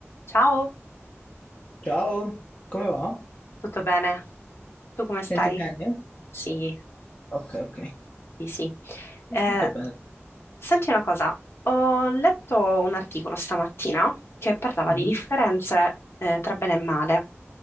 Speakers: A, on the left (about 55°); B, on the left (about 30°).
A: Ciao,
B: Ciao, come va?
A: tutto bene? Tu come stai?
B: Senti bene?
A: Sì,
B: Ok, ok.
A: Sì, sì. Eh,
B: Sì. Tutto bene.
A: senti una cosa, ho letto un articolo stamattina che parlava
B: Mhm.
A: di differenze eh, tra bene e male,